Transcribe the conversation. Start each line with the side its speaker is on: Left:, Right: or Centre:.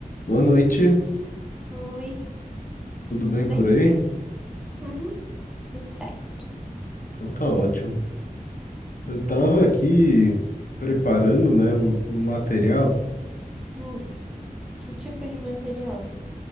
Left: Boa noite,
Centre: Oi,
Left: tudo
Centre: tudo
Left: bem
Centre: bem?
Left: por aí?
Centre: Uhum. Tudo certo.
Left: Então tá ótimo. Eu tava aqui preparando, né, um, um material.
Centre: Hum. Que tipo de material?